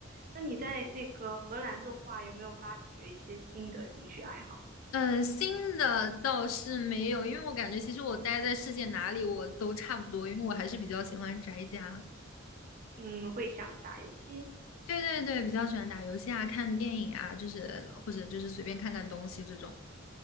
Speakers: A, on the right; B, on the left.
A: 那你在那个荷兰的话，有没有发掘一些新的兴趣爱好？
B: 呃，新的倒是没有，因为我感觉其实我待在世界哪里我都差不多，因为我还是比较喜欢宅家。
A: 嗯，会想打游戏。
B: 对对对，比较喜欢打游戏啊、看电影啊，就是或者就是随便看看东西这种。